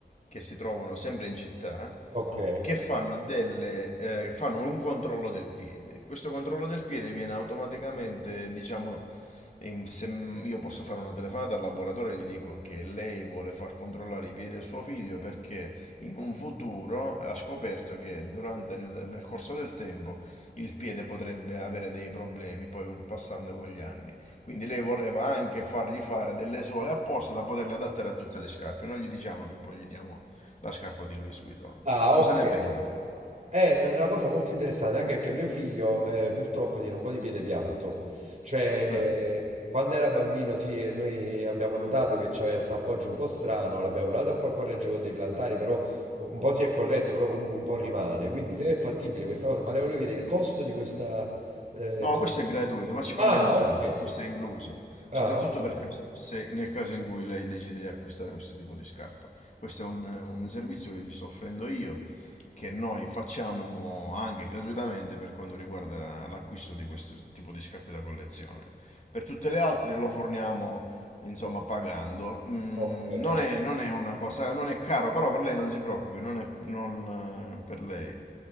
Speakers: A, on the left; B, on the right.
A: che si trovano sempre in città,
B: ok.
A: che fanno delle, eh, fanno un controllo del piede. Questo controllo del piede viene automaticamente, diciamo, in- se m- io posso fare una telefonata al laboratorio e gli dico che lei vuole far controllare i piedi a suo figlio perché in un futuro ha scoperto che durante il, nel corso del tempo il piede potrebbe avere dei problemi, poi passando con gli anni. Quindi lei voleva anche fargli fare delle suole apposta da poterle adattare a tutte le scarpe. Non gli diciamo che poi gli diamo la scarpa di Louis Vuitton.
B: Ah,
A: Cosa
B: ok.
A: ne
B: Eh,
A: pensi?
B: È una cosa molto interessante, anche perché mio figlio eh, purtroppo tiene un po' di piede piatto, cioè
A: Eh.
B: eh, quando era bambino sì, e noi abbiamo notato che c'aveva sta appoggio un po' strano, l'abbiamo provato a poi a correggere con dei plantari, però un po' si è corretto, però comunque un po' rimane, quindi se è fattibile questa cosa, ma le volevo chiedere il costo di questa, eh,
A: No,
B: insomma...
A: questo è gratuito, ma ci
B: Ah,
A: mancherebbe
B: ok,
A: altro, questo è incluso,
B: ah,
A: soprattutto
B: ok,
A: perché se, nel caso in cui lei decide di acquistare questo tipo di scarpa. Questo è un, un servizio che gli sto offrendo io, che noi facciamo anche gratuitamente per quanto riguarda l'acquisto di questo tipo di scarpe da collezione. Per tutte le altre lo forniamo, insomma, pagando. Mm,
B: ok,
A: non è, non è una cosa, non è caro, però per lei non si preoccupi, non è, non, eh, per lei